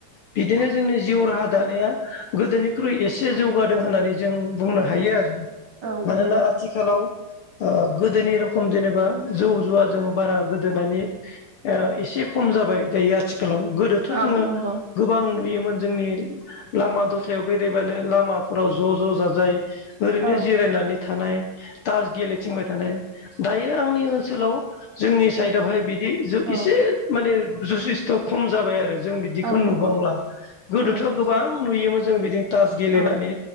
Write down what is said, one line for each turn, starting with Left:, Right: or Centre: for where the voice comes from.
Left: बिदिनो जोंनि जिउ राहा दानाया गोदोनिख्रुइ एसे जौगादों होननानै जों बुंनो हायो आरो
Right: औ
Left: मानोना
Right: नंगौ
Left: आथिखालाव अ गोदोनि रोखम जेनेबा जौ जुवाजों बारा गोदो नानै अ एसे खम जाबाय दायो आथि खालाव गोदोथ'
Right: औ
Left: जोङो
Right: नंगौ
Left: गोबां नुयोमोन जोंनि लामा दथायाव बेरायबानो लामाफोराव ज' ज' जाजाय ओरैनो
Right: औ
Left: जिरायनानै थानाय तास गेले थिंबाय थानाय दायो आंनि ओनसोलाव जोंनि साइडआवहाय बि दि जु
Right: औ
Left: एसे माने जुसिस्थ' खम जाबाय आरो जों बिदिखौ
Right: औ
Left: नुबांला
Right: नंगौ
Left: गोदोथ'
Right: औ
Left: गोबां नुयोमोन जों बिदिनो तास गेलेनानै
Right: औ